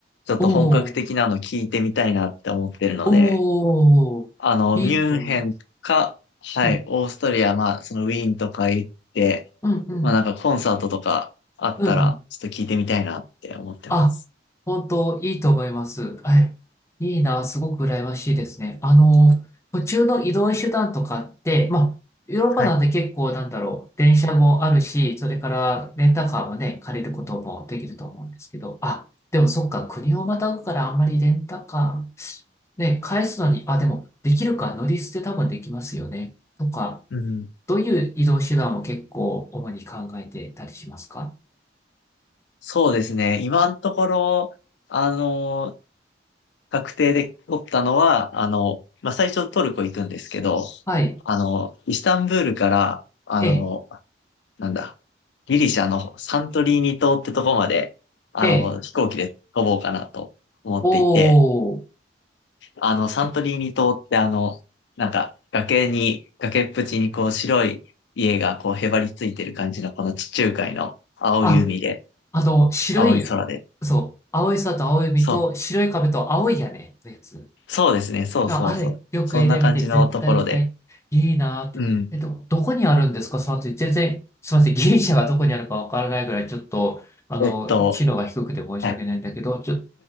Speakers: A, on the left; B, on the left.
A: ちょっと本格的なの聞いてみたいなって思ってるので、
B: おお、おお、
A: あの、
B: いいと思います。
A: ミュンヘンか、はい、
B: うん、
A: オーストリア、まあ、そのウィーンとか行って、
B: うん、うん、
A: まあなんかコンサートとかあったら、
B: うん、うん。
A: ちょっと聞いてみたいなって思ってます。
B: あ、本当、いいと思います。はい。いいな、すごく羨ましいですね。あの、途中の移動手段とかって、まあ、ヨーロッパなんて結構、
A: はい。
B: なんだろう、電車もあるし、それからレンタカーもね、借りることもできると思うんですけど、あ、でもそっか、国をまたぐからあんまりレンタカー、ね、返すのに、あ、でも、できるか、乗り捨て多分できますよね。とか、
A: うん。
B: どういう移動手段を結構主に考えてたりしますか
A: そうですね。今のところ、あの、確定で取ったのは、あの、まあ最初トルコ行くんですけど、
B: はい。
A: あの、イスタンブールから、あの、
B: え、
A: なんだ、ギリシャのサントリーニ島ってとこまで、あの、
B: え、
A: 飛行機で飛ぼうかなと思っていて、
B: おー。
A: あの、サントリーニ島ってあの、なんか、崖に、崖っぷちにこう白い家がこうへばりついてる感じのこの地中海の青い海で、
B: あ、あと、白い、
A: 青い空で。
B: そう、青い空と青い海と白い壁と青い屋根のやつ。
A: そう、そうですね、そうそうそう。
B: あ、あれ、よく絵で見て絶対行きたい。
A: そんな感じのところで。
B: いいなーって。
A: うん。
B: えっと、どこにあるんですかその後、全然、すみません。ギリシャがどこにあるかわからないぐらい、ちょっと、あの、
A: えっと、
B: 知能が低くて申し訳ないんだけど、
A: はい。
B: ちょ、